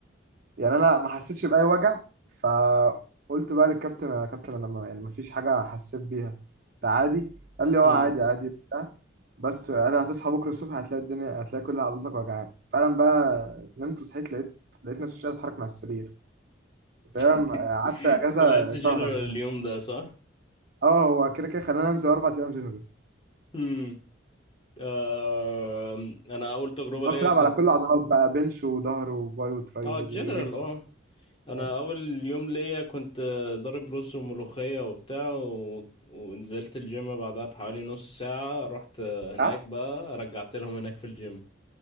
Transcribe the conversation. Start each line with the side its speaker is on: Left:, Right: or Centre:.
Right: يعني انا ما حسيتش باي وجع فقلت بقى للكابتن يا كابتن انا ما يعني ما فيش حاجه حسيت بيها ده عادي قال لي اه
Left: <laughs> مم.
Right: عادي عادي بتاع بس انا هتصحى بكره الصبح هتلاقي الدنيا هتلاقي كل عضلاتك وجعان فعلا بقى نمت وصحيت لقيت لقيت نفسي مش قادر اتحرك مع السرير تقريبا
Left: <laughs>
Right: قعدت اجازه
Left: أنت لعبت جنرال
Right: شهر ولا حاجة.
Left: اليوم ده صح؟
Right: اه هو كده كده خلاني انزل اربع ايام جنرال
Left: مم. آه أنا أول تجربة
Right: بقى
Left: ليا
Right: بتلعب
Left: كنت
Right: على كل العضلات بقى بنش وظهر وباي وتراي
Left: آه
Right: ورجل
Left: جنرال آه أنا
Right: اه
Left: أول يوم ليا كنت آه، ضارب رز وملوخية وبتاع و... ونزلت الجيم بعدها بحوالي نص ساعة رحت آه، هناك
Right: أه؟
Left: بقى رجعت لهم هناك في الجيم